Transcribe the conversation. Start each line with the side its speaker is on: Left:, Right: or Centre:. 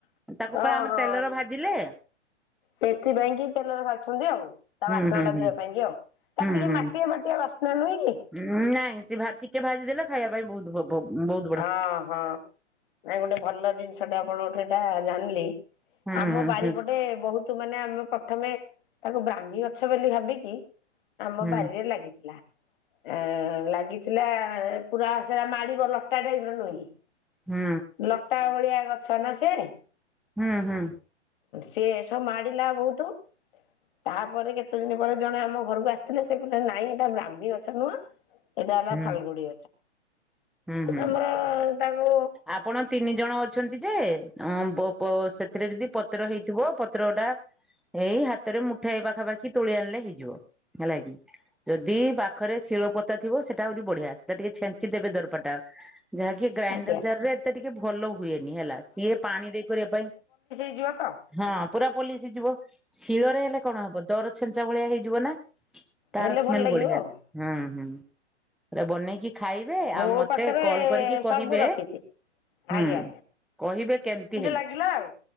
Centre: ତାକୁ
Left: ଓହୋ
Centre: ପରା ଆମେ ତେଲରେ ଭାଜିଲେ।
Left: ସେଥିପାଇଁ କି ତେଲରେ ଭାଜୁଛନ୍ତି ଆଉ। ତା
Centre: ହୁଁ
Left: ବାସ୍ନା
Centre: ହୁଁ
Left: ଟା
Centre: ହୁଁ
Left: ଯିବା ପାଇଁ କି ଆଉ ତାର
Centre: ହୁଁ
Left: ଟିକେ
Centre: ହୁଁ।
Left: ମାଟିଆ ମାଟିଆ ବାସ୍ନା ନୁହଁ କି।
Centre: ଉଁ ନାଇଁ ସେ ଭାଜି ଟିକେ ଭାଜି ଦେଲେ ଖାଇବା ପାଇଁ ବହୁତ୍ ଭଲ। ବୋ ବଉତ୍
Left: ହଁ ହଁ ନାଇଁ ଗୋଟେ ଭଲ ଜିନିଷଟା ଆପଣଙ୍କଠୁ ଏଇଟା ଜାଣିଲି।
Centre: ହୁଁ
Left: ଆମ
Centre: ହୁଁ
Left: ବାରିପଟେ ବହୁତ୍ ମାନେ ଆମେ ପ୍ରଥମେ ତାକୁ ବ୍ରାହ୍ମୀ ଗଛ ବୋଲି ଭାବିକି। ଆମ
Centre: ହୁଁ
Left: ବାରିରେ ଲାଗିଥିଲା ଆ ଲାଗିଥିଲା ପୁରା ସେଟା ମାଡି଼ବଲ। ତା ଟାଇପ୍ ର ନୁହଁକି?
Centre: ହୁଁ।
Left: ଲତା ଭଳିଆ ଗଛ ନା ସିଆଡ଼େ।
Centre: ହୁଁ ହୁଁ।
Left: ସେ ଏସବୁ ମାଡିଲା ବହୁତ ତାପରେ କେତେ ଦିନ ପରେ ଜଣେ ଆମ ଘରକୁ ଆସିଥିଲେ ସେ କଥିଲେ ନାଇଁ ଏଟା ବ୍ରାହ୍ମୀଗଛ ନୁହଁ। ଏଇଟା ହେଲା
Centre: ହୁଁ
Left: ଫାଲ୍ଗୁଡି଼
Centre: ହୁଁ ହୁଁ
Left: ଗଛ
Centre: ହୁଁ
Left: ଆମର ତାକୁ
Centre: ଆପଣ ତିନି ଜଣ ଅଛନ୍ତି ଯେ ଉଁ ବ ବ ସେଥିରେ ଯଦି ପତ୍ର ହେଇଥିବ ପତ୍ର ଟା ଏଇ ହାତରେ ମୁଠାଏ ପାଖାପାଖି ତୋଳି ଆଣିଲେ ହେଇଯିବ। ହେଲା କିି? ଯଦି ପାଖରେ ଶିୀଳପୋତା ଥିବ ସେଟା ଆହୁରି ବଢି଼ଆ ସେଟା ଟିକେ ଛେଞ୍ଚି ଦେବେ ଦର ପଟାଅ ଯାହାକି ଗ୍ରାଇଣ୍ଡର
Left: ଆଜ୍ଞା।
Centre: ଜାର ରେ ଏତେ ଟିକେ ଭଲ ଉ ହୁଏନି ହେଲା ସିଏ ପାଣି ରେ କରିବା ପାଇଁ
Left: ଯିବ ତ
Centre: ହଁ ପୁରା ପୋଲିସି ଯିବ ଶିଳରେ ହେଲେ କଣ ହବ। ଦର ଛେଚା ଭଳିଆ ହେଇଯିବ ନା ତାର
Left: ହେଲେ
Centre: ସ୍ମେଲ୍
Left: ଭଲ ଲାଗିବ
Centre: ବଢି଼ଆ
Left: ଆଉ।
Centre: ହୁଁ ହୁଁ ବନେଇକି ଖାଇବେ
Left: ମୋ
Centre: ଆଉ ମ
Left: ପାଖରେ
Centre: ତେ କଲ୍ କରିକି କହିବେ,
Left: ସବୁ ରଖିଛି ଆଜ୍ଞା
Centre: ହୁଁ କହିବେ କେମିତି ହେଇଛି?
Left: ଲାଗିଲା ଆଉ।